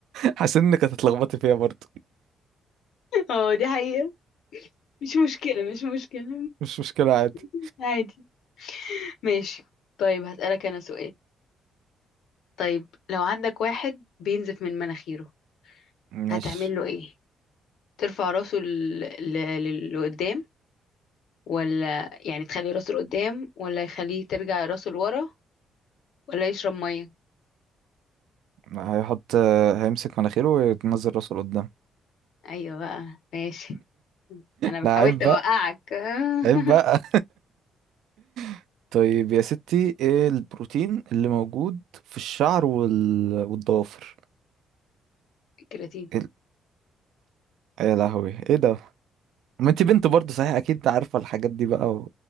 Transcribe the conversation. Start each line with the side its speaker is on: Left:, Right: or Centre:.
Right: حاسس انك هتتلخبطي فيها برضه
Left: <laughs> اه دي حقيقة مش مشكلة مش مشكلة
Right: مش مشكله عادي
Left: <laughs> عادي ماشي طيب هسألك أنا سؤال طيب لو عندك واحد بينزف من مناخيره
Right: ماشي
Left: هتعمل له إيه؟ ترفع راسه ل- ل- لل- لقدام ولا يعني تخلي راسه لقدام ولا يخليه ترجع راسه لورا ولا يشرب مية؟
Right: هيحط هيمسك مناخيره وينزل راسه لقدام
Left: أيوة بقى ماشي أنا
Right: لا
Left: حاولت
Right: عيب بقى
Left: أوقعك <laughs>
Right: عيب بقى <laughs> طيب يا ستي ايه البروتين اللي موجود في الشعر وال... والضوافر
Left: كراتين
Right: إيه ال- يا لهوي ايه ده ما انت بنت برضه صحيح اكيد عارفه الحاجات دي بقى